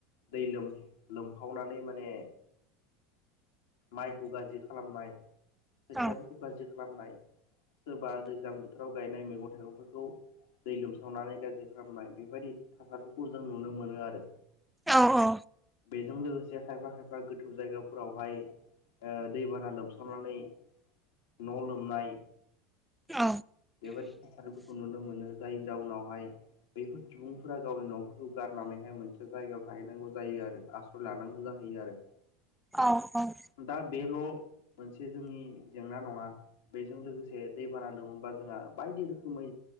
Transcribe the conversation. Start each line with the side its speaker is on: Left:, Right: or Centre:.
Left: दै लोम लोमफावनानै माने माइखौ गाज्रि खालामनाय खोथियाफोरखौ
Centre: औ
Left: गाज्रि खालामनाय सोरबा दैज्लां बोथोराव गायनाय मैगं थाइगंफोरखौ दै लोमसावनानै गाज्रि खालामनाय बेबायदि थासारिखौ जों नुनो मोनो आरो।
Centre: औ औ
Left: बेजों लोगोसे खायफा खायफा गोथौ जायगाफोरावहाय ओ दैबाना लोमसावनानै न' लोमनाय
Centre: औ
Left: बेबायदि थासारिबो खौ नुनो मोनो जायनि जाउनावहाय बैफोर सुबुंफोरा गावनि न'फोरखौ गारनानैहाय मोनसे जायगायाव थाहैनांगौ जायो आरो आस फोर लानांगौ जाहैयो आरो।
Centre: औ औ
Left: दा बेल' मोनसे जोंनि जेंना नंङा बैजों लोगोसे दैबाना लोमोबोबा जोंहा बायदि रोखोमै